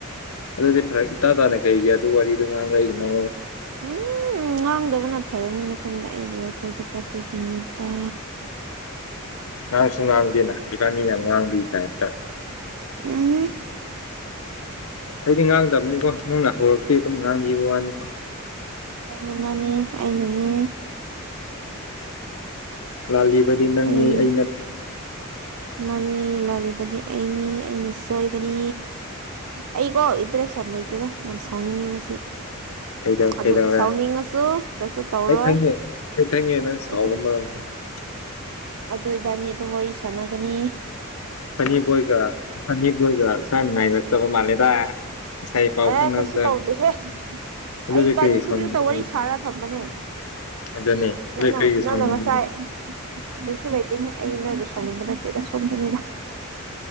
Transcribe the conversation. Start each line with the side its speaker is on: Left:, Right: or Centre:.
Left: ꯑꯗꯨꯗꯤ ꯐꯔꯛ ꯏꯇꯥ ꯇꯥꯅ ꯀꯩꯒꯤ ꯑꯗꯨ ꯋꯥꯔꯤꯗꯨ ꯉꯥꯡꯂꯛꯏꯅꯣ
Right: ꯎꯝ ꯉꯥꯡꯗꯕꯅ ꯐꯔꯅꯤꯅ ꯈꯟꯕ ꯑꯩꯒꯤ ꯋꯥꯈꯜꯗ ꯑꯗꯨꯒꯤꯅꯤ ꯗꯥ
Left: ꯉꯥꯡꯁꯨ ꯉꯥꯡꯗꯦꯅ ꯏꯄꯥꯅꯤꯅ ꯌꯥꯝ ꯉꯥꯡꯕꯒꯤ ꯇꯥꯏꯞꯇꯥ
Right: ꯎꯝ
Left: ꯑꯩꯗꯤ ꯉꯥꯡꯗꯕꯅꯤꯀꯣ ꯅꯪꯅ ꯍꯧꯔꯛꯄꯩ ꯑꯗꯨꯝ ꯉꯥꯡꯕꯤꯈꯤꯕ ꯋꯥꯅꯤꯀꯣ
Right: ꯃꯥꯟꯅꯤ ꯃꯥꯟꯅꯤ ꯑꯩꯅꯅꯦ
Left: ꯂꯥꯜꯂꯤꯕꯗꯤ ꯅꯪꯅꯤ
Right: ꯑꯩ
Left: ꯑꯩꯅ
Right: ꯃꯥꯅꯦ ꯂꯥꯜꯂꯤꯕꯅꯤ ꯑꯩꯅꯤ ꯑꯩꯅ ꯁꯣꯏꯕꯅꯤ ꯑꯩꯀꯣ ꯏꯟꯗ꯭ꯔꯦꯁ ꯌꯥꯝ ꯂꯩꯇꯦꯗ ꯌꯥꯝ ꯁꯥꯎꯅꯤꯡꯉꯦ ꯉꯁꯤ
Left: ꯀꯩꯗꯧ ꯀꯩꯗꯧꯔꯦ
Right: ꯑꯗꯨ ꯁꯥꯎꯅꯤꯡꯉꯁꯨ ꯀꯩꯁꯨ ꯇꯧꯔꯣꯏ
Left: ꯑꯩ ꯈꯪꯉꯦ ꯑꯩ ꯈꯪꯉꯦ ꯅꯪ
Right: ꯑꯗꯨꯝ
Left: <inaudible>
Right: ꯑꯗꯨ ꯏꯕꯥꯅꯤ ꯑꯗꯨꯝ ꯋꯥꯔꯤ ꯁꯥꯟꯅꯒꯅꯤ
Left: ꯑꯅꯤꯕꯣꯏꯒ ꯑꯅꯤꯕꯣꯏꯒ ꯁꯅ ꯅꯥꯏꯔꯛꯇꯕ ꯃꯥꯜꯂꯦꯗ ꯉꯁꯥꯏ ꯄꯥꯎ
Right: ꯑꯦ
Left: ꯐꯥꯎꯅꯕꯗ
Right: ꯀꯩꯁꯨ ꯇꯧꯗꯦꯍꯦ
Left: ꯑꯗꯨꯗꯤ
Right: ꯑꯩ ꯏꯕꯥꯅꯤ
Left: ꯀꯔꯤꯒꯤ
Right: ꯍꯧꯖꯤꯛꯇ
Left: ꯁꯥꯎꯅꯤꯡꯕꯅꯣ
Right: ꯋꯥꯔꯤ ꯁꯥꯔ ꯊꯝꯕꯅꯦ
Left: ꯑꯗꯨꯅꯦ ꯑꯗꯨ
Right: ꯅꯪ
Left: ꯀꯔꯤꯒꯤ
Right: ꯅꯪꯟꯅ
Left: ꯁꯥꯎꯅꯤꯡꯕꯅꯣ
Right: ꯉꯁꯥꯏ ꯀꯁꯨ ꯂꯩꯇꯦ ꯑꯩ ꯅꯣꯏꯁꯨ ꯁꯥꯎꯅꯤꯡꯕ ꯅꯠꯇꯦꯗ ꯁꯣꯝꯗꯕꯤꯗ